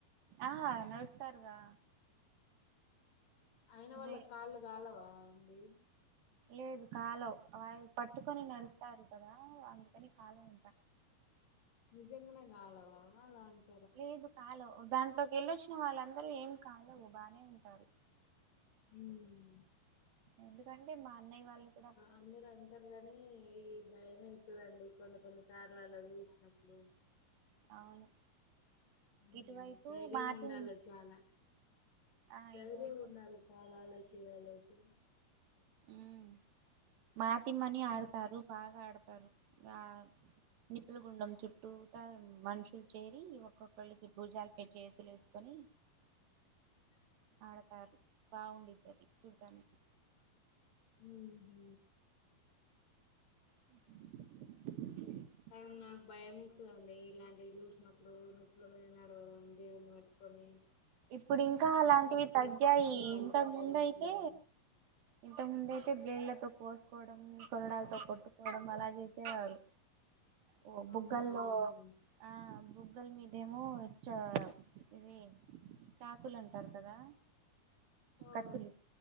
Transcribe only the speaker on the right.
ఆ నడుస్తారుగా
రే
లేదు కాలవ్ అది పట్టుకొని నడుస్తారు కదా అందుకని కాలవంట
లేదు కాలవ్ దాంట్లోకి వెళ్ళొచ్చిన వాళ్ళందరూ ఏం కాలవ్ బానే ఉంటారు
ఎందుకంటే మా అన్నయ్య వాళ్ళు కూడా
అవును
ఇటువైపు
మాటిం
ఆ
ఇటువైపు
మ్మ్ మాతిమ్మని
ఆడతారు బాగా ఆడతారు ఆ నిప్పుల గుండం చుట్టూ తా మనుషులు చేరి ఒక్కొక్కళ్ళకి భూజాలపై చేతులేసు కొని
ఆడతారు బావుండిది అది చూడ్డానికి
<inaudible>
ఇప్పుడు ఇంకా అలాంటివి తగ్గాయి
ఇంతకముందు
అయితే
ఇంతకు ముందయితే బ్లేడ్లతో కోసుకోవడం కొరడాలతో కొట్టుకోవడం అలా చేసేవారు
ఓ బుగ్గల్లో
ఆ బుగ్గల్ మీదేమో చ ఇవి చాకులు అంటారు కదా
కత్తులు